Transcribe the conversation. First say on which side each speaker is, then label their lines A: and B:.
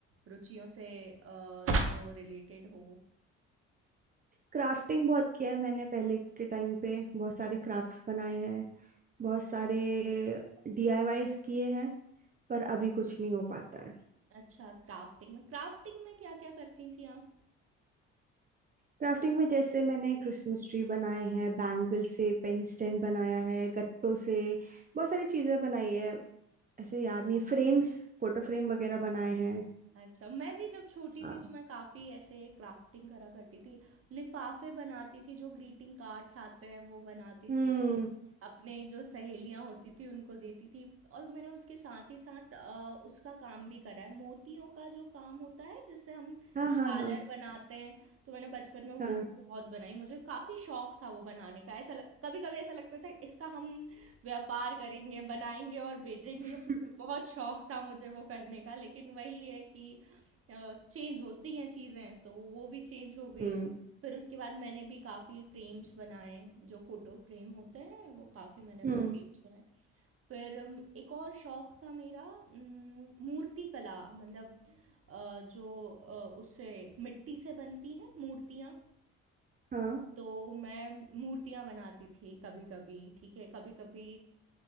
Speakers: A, on the right; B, on the right.
A: रुचियों से अ, जो रिलेटेड हो
B: क्राफ्टिंग बहुत किया है मैंने पहले के टाइम पे बहुत सारे क्राफ्ट्स बनाए हैं बहुत सारे डीआईवाईस किए हैं पर अभी कुछ नहीं हो पाता है
A: अच्छा क्राफ्टिंग में क्राफ्टिंग में क्या क्या करती थी आप
B: क्राफ्टिंग में जैसे मैंने क्रिसमस ट्री बनाए हैं बैंगल से पेन स्टैंड बनाया है गत्तों से बहुत सारी चीजें बनाई है ऐसे याद नहीं फ्रेम्स फोटो फ्रेम वगैरह बनाए हैं
A: अच्छा, मैं भी जब छोटी
B: हाँ
A: थी तो मैं काफ़ी ऐसे क्राफ्टिंग करा करती थी। लिफ़ाफ़े बनाती थी, जो ग्रीटिंग कार्ड्स आते हैं वो बनाती
B: हम्म
A: थी। अपने जो सहेलियाँ होती थी उनको देती थी और मैंने उसके साथ ही साथ अ, उसका काम भी करा है, मोतियों का जो काम होता है जिससे हम
B: हाँ
A: झालर
B: हाँ हाँ
A: बनाते हैं, तो मैंने बचपन में वो
B: हाँ
A: भी बहुत बनाई। मुझे काफ़ी शौक था वो बनाने का। ऐसा लग कभी-कभी ऐसा लगता था इसका हम व्यापार करेंगे, बनाएँगे और बेचेंगे।
B: <laughs>
A: बहुत शौक था मुझे वो करने का लेकिन वही है कि चेंज होती हैं चीज़ें तो वो भी चेंज हो गई
B: हम्म
A: फिर उसके बाद मैंने भी काफ़ी फ्रेम्स बनाए जो फ़ोटो फ्रेम होते हैं वो काफ़ी मैंने
B: हम्म
A: फ्रेम्स बनाए फिर अम, एक और शौक था मेरा अम, मूर्ति कला मतलब अ, जो अ, उससे मिट्टी से बनती हैं मूर्तियाँ
B: हाँ
A: तो मैं मूर्तियाँ बनाती थी कभी कभी ठीक है कभी कभी